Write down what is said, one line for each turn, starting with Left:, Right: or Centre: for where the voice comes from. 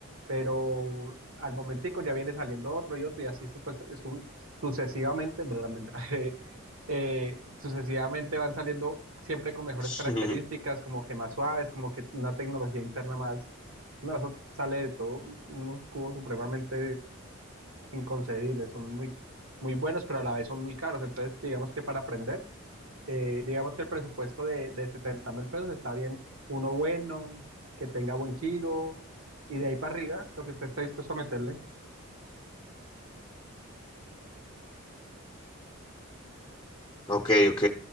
Right: pero al momentico ya viene saliendo otro y otro y así supe- su- pues, es un- sucesivamente, <laughs> eh, sucesivamente van saliendo siempre con mejores
Left: <laughs>
Right: características, como que más suaves, como que una tecnología interna más, no, eso sale de todo, unos cubos supremamente inconcebibles, son muy, muy buenos, pero a la vez son muy caros, entonces digamos que para aprender, eh, digamos que el presupuesto de, de setenta mil pesos está bien, uno bueno, que tenga buen giro, y de ahí para arriba, lo que usted esté dispuesto a meterle.
Left: Ok, ok.